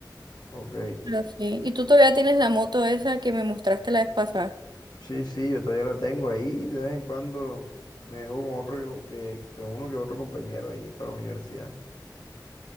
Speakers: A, on the left; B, on the right.
A: ok.
B: Pero sí. Y tú todavía tienes la moto esa que me mostraste la vez pasada.
A: Sí, sí, yo todavía la tengo ahí. De vez en cuando me vengo con otro que, que uno que otro compañero ahí para la universidad.